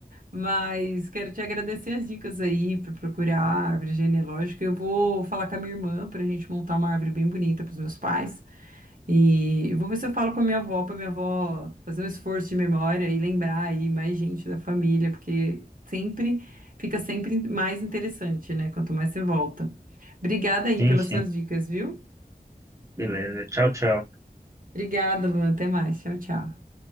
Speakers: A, on the right; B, on the right.
A: Mas quero te agradecer as dicas aí para procurar a árvore genealógica. Eu vou falar com a minha irmã para a gente montar uma árvore bem bonita para os meus pais. E eu vou ver se eu falo com a minha avó, para minha avó fazer um esforço de memória e lembrar aí mais gente da família, porque sempre fica sempre mais interessante, né? Quanto mais você volta. Obrigada aí
B: sim,
A: pelas
B: sim.
A: suas dicas, viu?
B: Beleza. Tchau, tchau.
A: Obrigada, Luan. Até mais. Tchau, tchau.